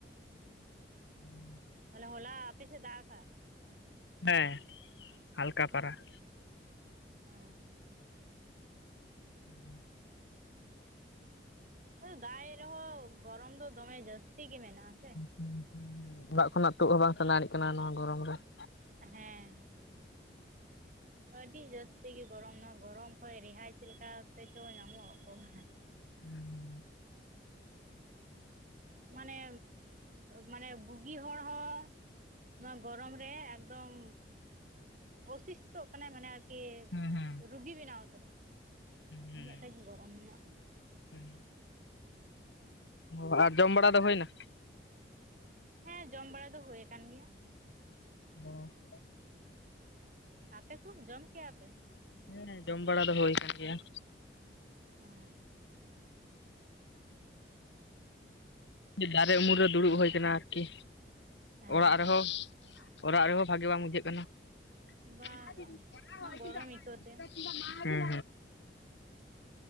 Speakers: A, on the left; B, on the right.
A: <inaudible>
B: ᱛᱟᱦᱞᱮ ᱦᱚᱞᱟ ᱟᱯᱮ ᱥᱮ ᱫᱟᱜᱼᱟᱠᱟ?
A: ᱦᱮᱸ ᱦᱟᱞᱠᱟ ᱯᱟᱨᱟ ᱾
B: ᱟᱸᱪᱪᱷᱟ <unintelligible>
A: <inaudible>
B: ᱫᱟᱜᱭᱮᱫ ᱨᱮᱦᱚᱸ ᱜᱚᱨᱚᱢ ᱫᱚ ᱫᱚᱢᱮ ᱡᱟᱹᱥᱛᱤ ᱜᱮ ᱢᱮᱱᱟᱜ ᱟᱥᱮ ᱾
A: ᱦ ᱦ <inaudible> ᱚᱲᱟᱜ ᱠᱷᱚᱱᱟᱜ ᱛᱩᱫ ᱦᱚᱸ ᱵᱟᱝ ᱥᱟᱱᱟ ᱟᱲᱤᱡ ᱠᱟᱱᱟ ᱱᱚᱣᱟ ᱜᱚᱨᱚᱢ ᱨᱮ ᱾
B: ᱦᱮᱸ ᱾
A: <inaudible>
B: ᱟᱹᱰᱤ ᱡᱟᱹᱥᱛᱤ ᱜᱮ ᱜᱚᱨᱚᱢ ᱱᱚᱣᱟ ᱜᱚᱨᱚᱢ ᱠᱷᱚᱡ ᱨᱮᱦᱟᱭ ᱪᱮᱞᱠᱟ ᱛᱮᱪᱚ ᱧᱟᱢᱚᱜ ᱚᱠᱚᱭ ᱵᱟᱰᱟᱭ ᱾
A: ᱚᱸ
B: ᱢᱟᱱᱮ ᱢᱟᱱᱮ ᱵᱩᱜᱤ ᱦᱚᱲ ᱦᱚᱸᱼᱼ ᱱᱚᱣᱟ ᱜᱚᱨᱚᱢ ᱨᱮ ᱮᱠᱫᱚᱢ ᱚᱥᱤᱥᱛᱚᱜ ᱠᱟᱱᱟᱭ ᱢᱟᱱᱮ ᱟᱨᱠᱤᱼᱼ
A: ᱦᱮᱸ ᱦᱮᱸ
B: ᱨᱩᱜᱤ ᱵᱮᱱᱟᱣ ᱩᱛᱟᱹᱨᱚᱜ ᱠᱟᱱᱟᱭ,
A: ᱦᱮᱸ
B: ᱩᱱᱟᱹᱜ ᱴᱟᱜ ᱜᱮ ᱜᱚᱨᱚᱢ ᱢᱮᱱᱟᱜ-ᱟ ᱾
A: <inaudible> ᱚ ᱟᱨ ᱡᱚᱢ ᱵᱟᱲᱟ ᱫᱚ ᱦᱩᱭᱱᱟ?
B: ᱦᱮᱸ ᱡᱚᱢ ᱵᱟᱲᱟ ᱫᱚ ᱦᱩᱭ ᱟᱠᱟᱱ ᱜᱮᱭᱟ ᱾
A: ᱚ <unintelligible>
B: ᱟᱯᱮ ᱠᱚ ᱡᱚᱢ ᱠᱮᱭᱟ ᱯᱮ?
A: ᱦᱮᱸ ᱡᱚᱢ ᱵᱟᱲᱟ ᱫᱚ ᱦᱩᱭ ᱠᱟᱱ ᱜᱮᱭᱟ ᱾
B: ᱦᱩᱸ ᱾
A: ᱫᱟᱨᱮ ᱩᱢᱩᱞ ᱨᱮ ᱫᱩᱲᱩᱵ ᱦᱩᱭ ᱠᱟᱱᱟ ᱟᱨᱠᱤ,
B: ᱦᱮᱸ
A: ᱚᱲᱟᱜ ᱨᱮᱦᱚᱸᱼᱼ ᱚᱲᱟᱜ ᱨᱮᱦᱚᱸ ᱵᱷᱟᱜᱮ ᱵᱟᱝ ᱵᱩᱡᱷᱟᱹᱜ ᱠᱟᱱᱟ ᱾
B: ᱵᱟ
A: <unintelligible>
B: ᱵᱟᱝ ᱱᱚᱣᱟ ᱜᱚᱨᱚᱢ ᱟᱹᱭᱠᱟᱹᱣ ᱛᱮ
A: ᱦᱩᱸ